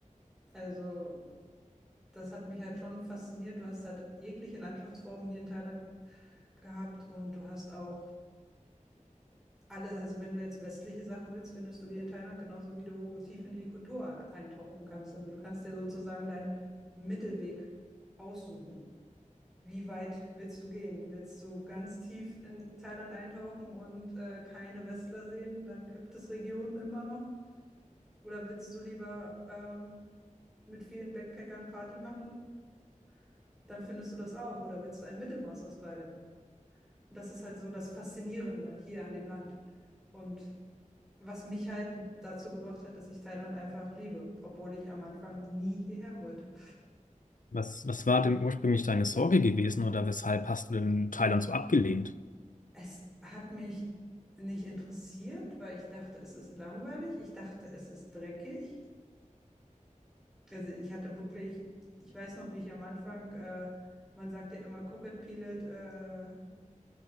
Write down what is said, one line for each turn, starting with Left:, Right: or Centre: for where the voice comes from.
Centre: Also, das hat mich halt schon fasziniert. Du hast halt jegliche Landschaftsformen hier in Thailand gehabt und du hast auch alles. Also, wenn du jetzt westliche Sachen willst, findest du die in Thailand genauso wie du tief in die Kultur eintauchen kannst. Also, du kannst dir sozusagen deinen Mittelweg aussuchen. Wie weit willst du gehen? Willst du ganz tief in Thailand eintauchen und äh, keine Westler sehen? Dann gibt es Regionen immer noch. Oder willst du lieber ähm, mit vielen Backpackern Party machen? Dann findest du das auch. Oder willst du ein Mittelmaß aus beidem? Und das ist halt so das Faszinierende hier an dem Land. Und was mich halt dazu gebracht hat, dass ich Thailand einfach liebe, obwohl ich am Anfang nie hierher wollte.
Left: Was, was war denn ursprünglich deine Sorge gewesen oder weshalb hast du denn Thailand so abgelehnt?
Centre: Es hat mich nicht interessiert, weil ich dachte, es ist langweilig. Ich dachte, es ist dreckig. Also ich hatte wirklich, ich weiß noch, wie ich am Anfang, äh, man sagt ja immer, cook it, peel it, äh,